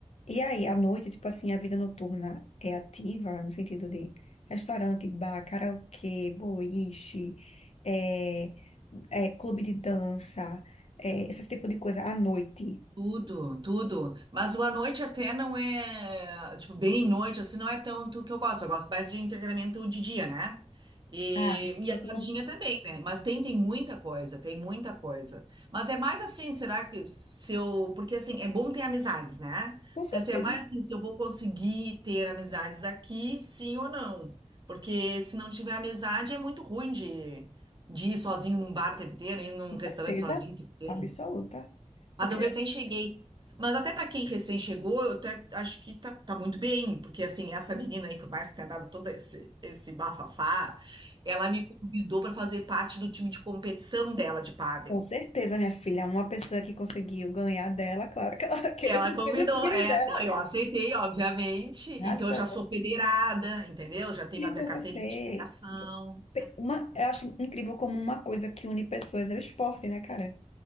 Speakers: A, on the left; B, on the right.
A: E aí, à noite, tipo assim, a vida noturna é ativa, no sentido de restaurante, bar, karaokê, boliche, é, é, clube de dança, é, esse tipo de coisa à noite.
B: Tudo, tudo. Mas o à noite até não é, tipo, bem noite, assim, não é tanto que eu gosto. Eu gosto mais de entretenimento de dia, né? E,
A: Ah,
B: e
A: eu
B: a tardinha
A: não-
B: também, né? Mas tem, tem muita coisa, tem muita coisa. Mas é mais assim, será que se eu. Porque assim, é bom ter amizades, né?
A: com certeza,
B: Então, assim, é mais assim, se eu vou conseguir ter amizades aqui, sim ou não. Porque se não tiver amizade, é muito ruim de, de ir sozinho num bar o tempo inteiro, ir num
A: com
B: restaurante
A: certeza
B: sozinho o tempo inteiro.
A: absoluta. Porque,
B: Mas eu recém cheguei. Mas até para quem recém chegou, eu até acho que tá, tá muito bem, porque assim, essa menina aí, por mais que tenha dado todo esse, esse bafafá, ela me convidou para fazer parte do time de competição dela de pádel.
A: com certeza, minha filha, uma pessoa que conseguiu ganhar dela, claro que ela vai querer
B: Ela
A: você
B: convidou,
A: no time
B: é.
A: dela.
B: Não, eu aceitei, obviamente.
A: Razão.
B: Então eu já sou federada, entendeu? Já tenho
A: Então,
B: a minha carteirinha
A: você.
B: de federação.
A: Uma, eu acho incrível como uma coisa que une pessoas é o esporte, né, cara?